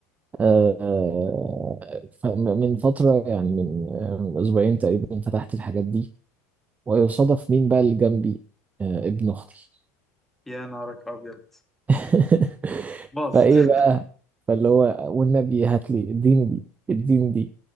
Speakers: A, on the right; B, in the centre.
A: آه، ف- من فترة يعني من آه، من أسبوعين تقريبا فتحت الحاجات دي ويصادف مين بقى اللي جنبي آه، ابن أختي
B: يا نارك ابيض
A: <laughs>
B: باظت
A: فإيه
B: <laughs>
A: بقى فاللي هو والنبي هات لي اديني دي اديني دي